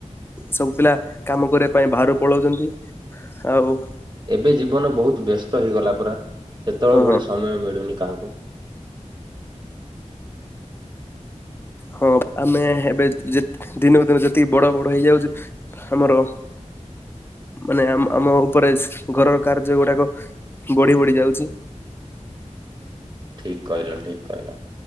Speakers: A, on the left; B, on the right.
A: ସବୁ ପିଲା କାମ କରିବା ପାଇଁ ବାହାରୁକୁ ପଳଉଛନ୍ତି ଆଉ
B: ଏବେ ଜୀବନ ବହୁତ ବ୍ୟସ୍ତ ହେଇଗଲା ପରା ସେତେବେଳେ
A: ହଁ
B: ଭଳି ସମୟ ମିଳୁନି କାହାକୁ।
A: ହଁ ଆମେ ଏବେ ଜେତ୍-ଦିନକୁ ଦିନ ଯେ ତିକି ବଡ ବଡ ହେଇଯାଉଛୁ ଆମର ମାନେ ଆମ-ଆମ ଉପରେ ଘରର କାର୍ଯ୍ୟ ଗୁଡାକ ବଢି ବଢି ଯାଉଛି।
B: ଠିକ କହିଲ ଠିକ କହିଲ।